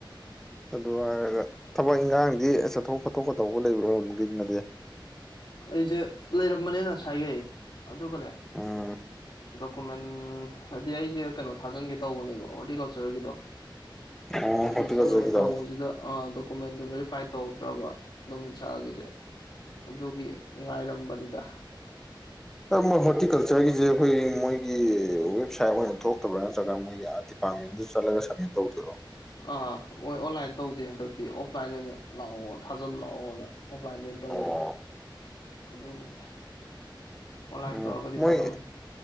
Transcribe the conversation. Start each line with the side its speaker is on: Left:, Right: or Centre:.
Centre: ꯑꯗꯨ ꯍꯥꯏꯔꯒ ꯊꯕꯛ ꯏꯪꯈꯥꯡꯗꯤ ꯆꯠꯊꯣꯛ ꯈꯠꯊꯣꯛꯀ ꯇꯧꯕ ꯂꯩꯕ꯭ꯔꯣ ꯅꯨꯡꯊꯤꯟꯗꯗꯤ
Left: ꯑꯩꯁꯦ ꯂꯩꯔꯝꯕꯅꯤꯅ ꯉꯁꯥꯏꯈꯩ ꯑꯗꯨꯒꯅꯦ
Centre: ꯎꯝ
Left: ꯗꯣꯀꯨꯃꯦꯟ ꯍꯥꯏꯗꯤ ꯑꯩꯁꯦ ꯀꯩꯅꯣ ꯊꯥꯖꯤꯟꯒꯦ ꯇꯧꯕꯅꯦꯕ ꯍꯣꯔꯇꯤꯀꯜꯆꯔꯒꯤꯗꯣ
Centre: ꯑꯣ
Left: ꯑꯗꯨ
Centre: ꯍꯣꯔꯇꯤꯀꯜꯆꯔꯒꯤꯗꯣ
Left: ꯆꯠꯂꯨꯒꯦ ꯇꯧꯕꯁꯤꯗ
Centre: ꯑꯣ
Left: ꯑ ꯗꯣꯀꯨꯃꯦꯟꯗꯣ ꯚꯦꯔꯤꯐꯥꯏ ꯇꯧꯍꯛꯇ꯭ꯔꯕ ꯗꯣꯃꯤꯁꯥꯏꯜꯒꯤꯁꯦ ꯑꯗꯨꯒꯤ ꯉꯥꯏꯔꯝꯕꯅꯤꯗ
Centre: ꯃꯣꯏ ꯍꯣꯔꯇꯤꯀꯜꯆꯔꯒꯤꯁꯦ ꯑꯩꯈꯣꯏ ꯃꯣꯏꯒꯤ ꯋꯦꯕꯁꯥꯏꯠ ꯑꯣꯏꯅ ꯊꯣꯛꯇꯕ꯭ꯔꯥ ꯅꯠꯇ꯭ꯔꯒ ꯃꯣꯏꯒꯤ ꯑꯥ <unintelligible> ꯆꯠꯂꯒ ꯁꯕꯃꯤꯠ ꯇꯧꯗꯨꯏꯔꯣ
Left: ꯑꯥ ꯃꯣꯏ ꯑꯣꯟꯂꯥꯏꯟ ꯇꯧꯗꯦ ꯍꯟꯗꯛꯇꯤ ꯑꯣꯐꯂꯥꯏꯟ ꯑꯣꯏꯅ ꯂꯥꯛꯑꯣ ꯊꯥꯖꯜ ꯂꯥꯛꯑꯣꯅ ꯑꯣꯐꯂꯥꯏꯟꯗ ꯑꯣꯏꯅ ꯇꯧꯋꯦꯕ
Centre: ꯑꯣ
Left: ꯑꯗꯨꯒꯤꯅꯤ ꯑꯣꯟꯂꯥꯏꯟ
Centre: ꯎꯝ
Left: ꯇꯧꯔꯒꯗꯤ
Centre: ꯃꯣꯏ
Left: ꯐꯥꯗꯧꯅꯦ